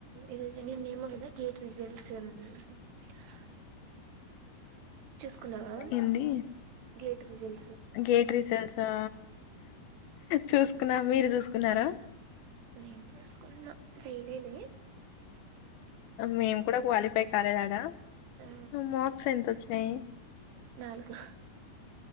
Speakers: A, on the right; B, on the left.
A: ఇరోజ నేన్ ఎమో గదా గేట్ రిజల్ట్స్. <unintelligible> చూసుకున్నావా
B: ఏంది
A: గేట్ రిజల్ట్స్
B: గేట్ రీజల్ట్స్ ఆ, చూసుకున్నా మీరు చూస్. కున్నారా.
A: నేన్ జుసుకున్న ఫైలే లే.
B: మేము కూడా క్వాలిఫై కాలేదాడా,
A: ఆ
B: మార్క్స్ ఎంత ఓచ్చినాయి.
A: నాలుగు